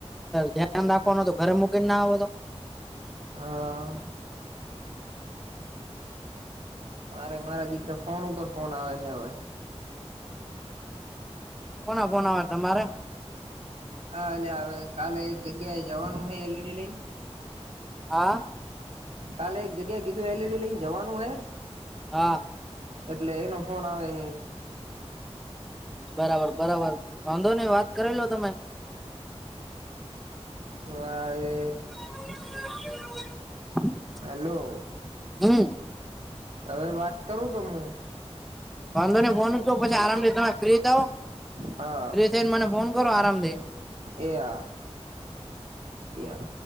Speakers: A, in the centre; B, on the right.
A: ધ્યાન રાખવાનું તો ઘરે મુકીને ના આવે તો
B: અ મારે મારા દીકરા ફોન ઉપર ફોન આવે હે હવે.
A: કોના ફોન આવે તમારે
B: હા અલ્યા હવે કાલે એક જગ્યાએ જવાનું હે એલીઈડી લઈ
A: હા.
B: કાલે એક જગ્યાએ કીધું એલઈડી લઈને જવાનું હે.
A: હા.
B: એટલે એનો ફોન આવે હે
A: બરાબર બરાબર વાંધો નહી વાત કરીલો તમે.
B: તો આએ
A: <unintelligible>
B: હલો.
A: હમ.
B: હવે વાત કરું તો, હું.
A: વાંધો ને, ફોન રખદો પછી આરામથી તમે ફ્રી થો
B: હા.
A: થઈ ને મને ફોન કરો, આરામ થી
B: એહા, એહા